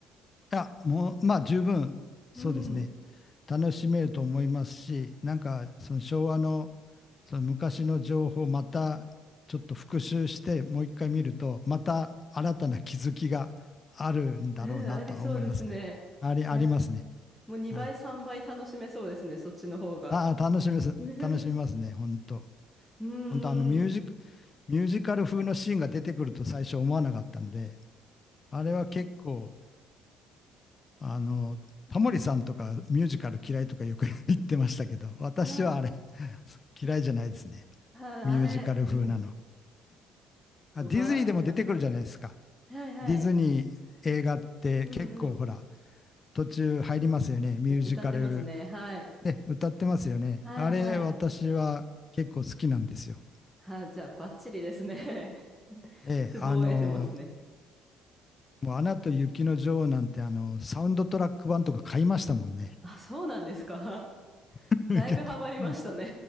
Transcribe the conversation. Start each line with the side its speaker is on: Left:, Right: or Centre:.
Left: いや、もう、まあ十分、そうですね。
Centre: <laughs> うん。
Left: 楽しめると思いますし、なんかその昭和の、その昔の情報をまたちょっと復習してもう一回見ると、また新たな気づきがあるんだろうなとは思いますね。
Centre: うん、ありそうですね。
Left: あり、ありますね。
Centre: なんかもう2倍、
Left: はい。
Centre: 3倍楽しめそうですね、そっちの方が。
Left: た、楽しみます。
Centre: うんうん
Left: 楽しみますね。本当。
Centre: う
Left: 本当あのミュージック、
Centre: ん。
Left: ミュージカル風のシーンが出てくると最初思わなかったので、あれは結構、あの、タモリさんとかミュージカル嫌いとかよく <laughs> 言ってましたけど、私はあれ
Centre: うん。
Left: <laughs> 嫌いじゃないですね。
Centre: ああれ、
Left: ミュージカル風なの。
Centre: うん。
Left: あ、
Centre: 笑っちゃいますね。
Left: ディズニーでも出てくるじゃないですか。
Centre: はいはい。
Left: ディズニー映画って結構ほら、
Centre: うんうん。
Left: 途中入りますよね。ミュージカル、
Centre: え、歌ってますね。はい。
Left: ね、歌ってますよね。
Centre: はいはい。
Left: あれ、私は結構好きなんですよ。
Centre: はい、じゃあ、バッチリですね。<laughs>
Left: ええ、
Centre: ツボを得てますね。
Left: あの、もうアナと雪の女王なんて、あの、サウンドトラック版とか買いましたもんね。
Centre: あ、そうなんですか。
Left: <laughs>
Centre: だいぶハマりましたね。